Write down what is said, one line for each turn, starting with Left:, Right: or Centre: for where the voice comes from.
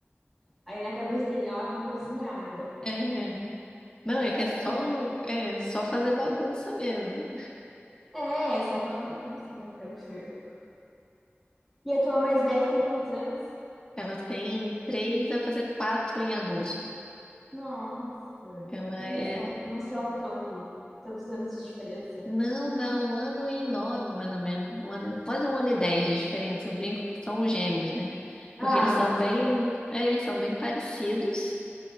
Centre: Aí na cabeça dele, ó, eu vou cozinhar agora.
Left: É. Não,
Centre: Você
Left: é que
Centre: é como
Left: é só,
Centre: a mãe.
Left: é só fazer bagunça mesmo.
Centre: É, só pela bagunça, né? Pelo fervo. E a tua mais velha tem quantos anos?
Left: Ela tem três a fazer quatro em agosto.
Centre: Nossa.
Left: Ela
Centre: Eles
Left: é
Centre: são, não são tão tantos anos de diferença.
Left: Não, dá um ano e nove, mais ou menos. Um ano, quase um ano e dez de diferença. Eu brinco que são gêmeos, né? Porque
Centre: Ah,
Left: eles
Centre: mas
Left: são
Centre: isso
Left: bem,
Centre: é bom.
Left: é, eles são bem parecidos,